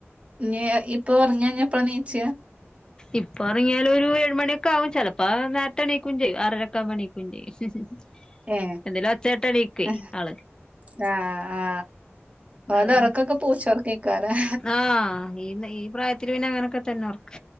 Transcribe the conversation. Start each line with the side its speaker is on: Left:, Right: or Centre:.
Right: ഞ് ഇപ്പൊ ഒറങ്ങിയാ ഞ്. എപ്പളാ നീച
Left: ഇപ്പൊ ഒറങ്ങിയാൽ ഒരു എഴുമണിയൊക്കെ ആകും ചെലപ്പോ നേരത്തെ എണീക്കും ചെയ്യും ആറരക്കാകുമ്പോ എണീക്കും. <unintelligible>
Right: ഏ
Left: എന്തേലും ഒച്ചേട്ട എണീക്കുവേ
Right: അഹ്
Left: ആള്
Right: ആ ആ. ഓൻ്റെ
Left: അതാണ്
Right: ഒർക്കൊക്കെ പൂച്ചോർകെകാരം.
Left: ആഹ് ഈ ന്ന ഈ പ്രായത്തില് പിന്നെ അങ്ങനൊക്കെതന്നെ ഒറക്.